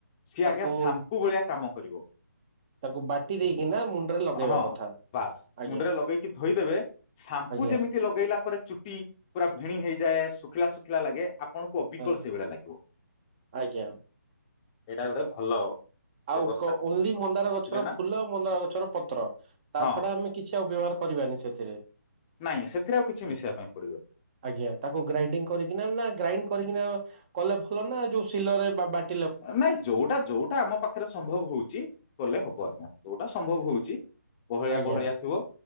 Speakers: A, on the left; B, on the right.
A: ସିଏ
B: ତାକୁ
A: ଆଜ୍ଞା ସାମ୍ପୁ ଭଳିଆ କାମ କରିବ।
B: ତାକୁ ବାଟି ଦେଇକିନା ମୁଣ୍ଡରେ ଲଗେଇବା
A: ହଁ
B: କଥା।
A: ବାସ୍
B: ଆଜ୍ଞା
A: ମୁଣ୍ଡରେ ଲଗେଇକି ଧୋଇଦେବେ ସାମ୍ପୁ
B: ଆଜ୍ଞା
A: ଯେମିତି ଲଗେଇଲା ପରେ ଚୁଟି। ପୁରା ଭିଣି ହେଇଯାଏ ଶୁଖିଲା ଶୁଖିଲା ଲାଗେ ଆପଣଙ୍କୁ ଅବିକଳ
B: ଆ-
A: ସେଇଭଳିଆ ଲାଗିବ।
B: ଆଜ୍ଞା
A: ଏଇଟା ଗୋଟେ ଭଲ।
B: ଆଉ
A: ବ୍ୟବସ୍ଥା
B: କ ଓନ୍ଲି
A: କରୁଥିଲେ,
B: ମନ୍ଦାର ଗଛର
A: ବୁଝିଲେ ନା
B: ଫୁଲ ମନ୍ଦାର ଗଛର ପତ୍ର ତା
A: ହଁ
B: ଛଡା ଆମେ। କିଛି ଆଉ ବ୍ୟବହାର କରିବାନି ସେଥିରେ।
A: ନାଇଁ ସେଥିରେ ଆଉ କିଛି ମିଶିବା ପାଇଁ ପଡିବନି।
B: ଆଜ୍ଞା ତାକୁ ଗ୍ରାଇଣ୍ଡିଙ୍ଗ କରିକିନା ନା ଗ୍ରାଇଣ୍ଡ କରିକିନା କଲେ ଭଲ ନା ଯୋଉ ସିଲରେ ବାଟି
A: ନାଇଁ ଯୋଉଟା ଯୋଉଟା ଆମ ପାଖରେ ସମ୍ଭବ ହଉଛି କଲେ ହବ ଆଜ୍ଞା। ଯୋଉଟା ସମ୍ଭବ ହଉଛି ବହଳିଆ
B: ଆଜ୍ଞା
A: ବହଳିଆ ଥିବ